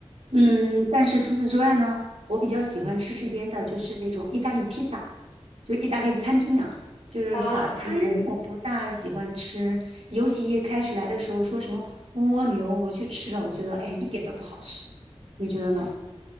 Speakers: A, on the right; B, on the left.
A: 嗯，但是除此之外呢，我比较喜欢吃这边的就是那种意大利披萨。就是意大利的餐厅啊，就是法餐我不大喜欢吃，
B: 啊，对对对，
A: 尤其一开始来的时候说什么蜗牛，我去吃了，我觉得哎一点都不好吃，你觉得呢？